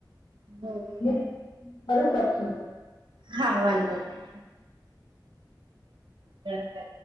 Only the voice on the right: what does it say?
હમ્મ
હા વાંધો નહીં. <unintelligible>